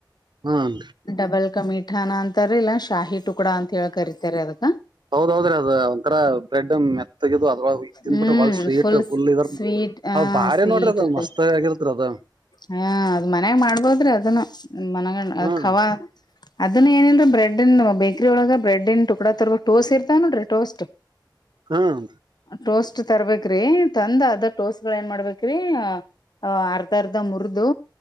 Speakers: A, on the right; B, on the left.
A: ಹುಂ
B: ಡಬಲ್ ಕಮೀಠಾನಾ ಅಂತಾರಿ ಇಲ್ಲಾ ಶಾಹಿ ಟುಕ್ಡಾ ಅಂತ ಹೇಳ ಕರಿತಾರಿ ಅದಕ್ಕ
A: ಹೌದೌದ್ರಿ ಅದ ಒಂದ ತರಾ ಬ್ರೆಡ್ ಮೆತ್ತಗಿದು ಅದರೊಳಗ ತಿಂದನ್ಬಿಟ್ರೆ
B: ಹ್ಮ್
A: ಒಳಗ ಸ್ವೀಟ್
B: ಫುಲ್
A: ಪುಲ್
B: ಸ್ವೀಟ್ ಹ
A: ಅದ ಬಾರಿ
B: ಸ್ವೀಟ್
A: ನೋಡ್ರಿ ಅದ
B: ಇರ್ತೈತಿ
A: ಮಸ್ತ್ ಆಗಿರ್ತ್ರಿ ಅದು
B: ಹಾ ಅದ್ ಮನ್ಯಾಗ ಮಾಡ್ಬೋದ್ರಿ ಅದನ್ನು ಮನಗಂಡ
A: ಹ್ಮ್
B: ಖವಾ ಅದನ್ನ ಏನೇನ್ರ ಬ್ರೆಡ್ ಇ ಬೇಕ್ರರಿ ಒಳಗ ಬ್ರೆಡ್ನ್ ಟುಡ ತರ್ಬೇಕ ಟೋಸ್ ಇರತಾವ ನೋಡ್ರಿ ಟೋಸ್ಟ್
A: ಹುಂ
B: ಟೋಸ್ಟ್ ತರ್ಬೇಕ ರೀ ತಂದ ಅದ ಟೋಸ್ಟ ಏನ್ ಮಾಡ್ಬೇಕ್ರಿ ಅಹ ಅರ್ಧ ಅರ್ಧ ಮುರಿದು